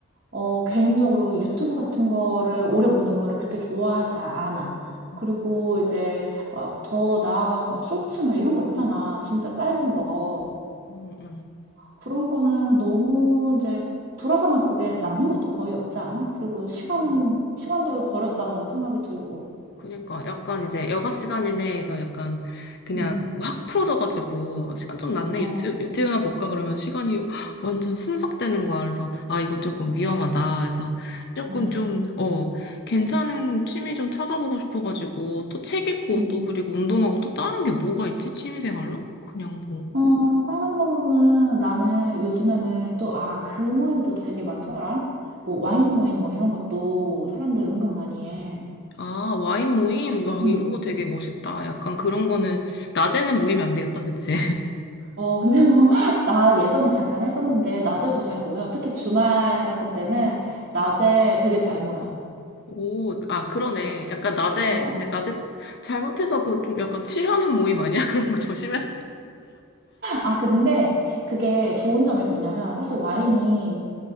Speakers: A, on the right; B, on the left.
A: 어, 개인적으로 유튜브 같은 거를 오래 보는 거를 그렇게 좋아하지 않아.
B: 음,
A: 그리고 이제 막 더 나아가서 막 쇼츠 막 이런 거 있잖아. 진짜 짧은 거.
B: 음,
A: 그런 거는 너무 이제 돌아서면 그게 남는 것도 거의 없지 않아? 그리고 시간은,
B: 음.
A: 시간대로 버렸다는 생각이 들고.
B: 그러니까 약간 이제 여가 시간 이내에서 약간 그냥
A: 음,
B: 확 풀어져가지고 아, 시간 좀 났네
A: 어,
B: 유튜, 유튜브나 볼까 그러면 시간이 헉, 완전 순삭되는 거야 그래서 아 이거 조금 위험하다 그래서 조금
A: 음,
B: 좀 어 괜찮은 취미 좀 찾아보고 싶어가지고 또 책 읽고
A: 음.
B: 또 그리고 운동하고 또 다른 게 뭐가 있지 취미 생활로 그냥 뭐
A: 어, 다른 거로는 나는 요즘에는 또, 아, 그 모임도 되게 많더라. 뭐 와인 모임 뭐 이런 것도 사람들 은근 많이 해.
B: 아 와인 모임 와
A: 음.
B: 이런 거 되게
A: 음.
B: 멋있다 약간 그런 거는 낮에는 모이면 안 되겠다 그치
A: 어, 근데 뭐, <laughs> 나 예전에 잠깐 했었는데, 낮에도 잘 모여. 특히 주말 같은 때는 낮에 되게 잘 모여.
B: 오, 아, 그러네. 약간 낮에,
A: 어, 어.
B: 근데 낮에 잘못해서 그 좀 약간 취하는 모임 아니야? <laughs> 그런 거 조심해야 되지
A: 아, 근데 그게 좋은 점이 뭐냐면, 사실 와인이